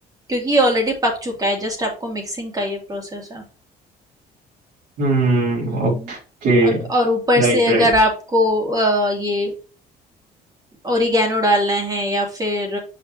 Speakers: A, on the right; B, on the right.
A: क्योंकि ये ऑलरेडी पक चुका है जस्ट आपको मिक्सिंग का ये प्रोसेस है
B: हम्म
A: हम्म
B: ओके
A: अग- और ऊपर
B: Right
A: से अगर
B: right
A: आपको अ, ये ओरिगेनो डालना है या फिर